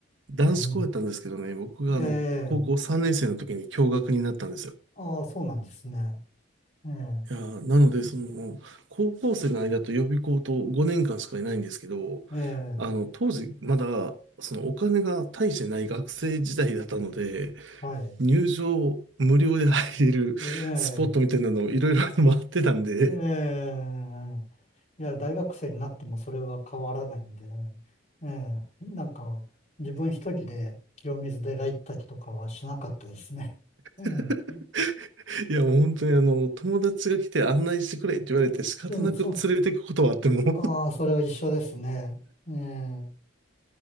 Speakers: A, on the right; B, on the left.
A: 男子校やったんですけどね、
B: うん。
A: 僕があの、
B: ええ
A: 高校3年生の時に共学になったんですよ。
B: ああ、そうなんですね。ええ
A: いやー、なので、その、高校生の間と予備校と5年間しかいないんですけど、
B: ええ
A: あの、当時、まだ、そのお金が大してない学生時代だったので、
B: はい。
A: 入場無料で入れるスポットみたいなのをいろいろ回ってたんで、
B: ええええいや、大学生になってもそれは変わらないんでね。ええなんか、自分一人で清水寺行ったりとかはしなかったですね。<laughs> うん。
A: <laughs> いや、もう本当にあの、友達が来て案内してくれって言われて仕方なく連れてくことはあっても
B: うん、そう、ああ、それは一緒ですね。ええ